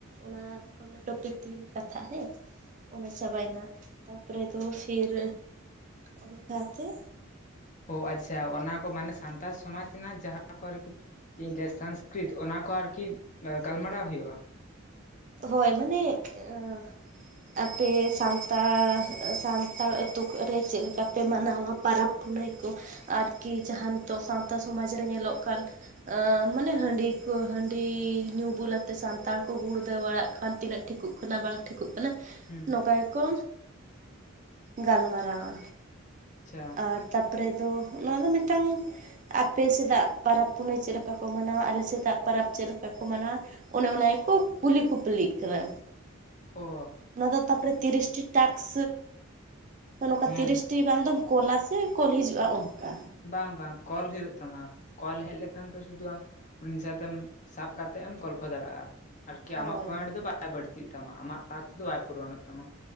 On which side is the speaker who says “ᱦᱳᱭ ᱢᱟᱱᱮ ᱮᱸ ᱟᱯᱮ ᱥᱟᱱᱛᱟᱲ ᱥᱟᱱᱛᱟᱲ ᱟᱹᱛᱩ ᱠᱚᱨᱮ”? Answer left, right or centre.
Right